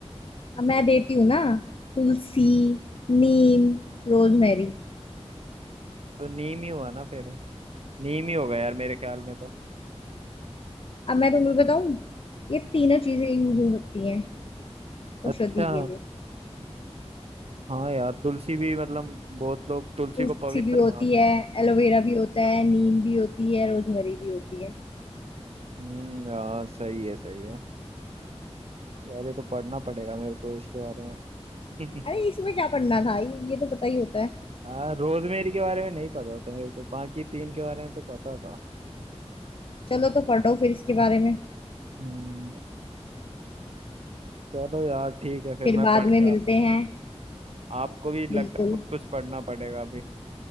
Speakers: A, on the left (about 55°); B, on the right (about 65°).
A: अब मैं देती हूँ ना तुलसी नीम रोजमेरी
B: तो नीम ही हुआ ना फिर नीम ही होगा यार मेरे ख्याल में तो
A: अब मैं तुम्हें बताऊं ये तीनों चीजें यूज हो सकती हैं औषधि
B: अच्छा
A: के लिए
B: हाँ यार तुलसी भी मतलब बहुत लोग तुलसी
A: तुलसी
B: को पवित्र
A: भी होती
B: मानते
A: है
B: हैं
A: एलोवेरा भी होता है नीम भी होती है रोजमेरी भी होती है
B: हम्म यार सही है सही है यार ये तो पढ़ना पड़ेगा मेरे को इसके बारे में <laughs>
A: अरे इसमें क्या पढ़ना था ये, ये तो पता ही होता है
B: हाँ रोजमेरी के बारे में नहीं पता था मेरे को बाकी तीन के बारे में तो पता था
A: चलो तो पढ़ो फिर इसके बारे में
B: हम्म चलो यार ठीक है
A: फिर
B: फिर मैं
A: बाद
B: पढ़ के
A: में मिलते
B: आता हूँ
A: हैं
B: आपको भी
A: बिल्कुल
B: लगता है कुछ कुछ पढ़ना पड़ेगा अभी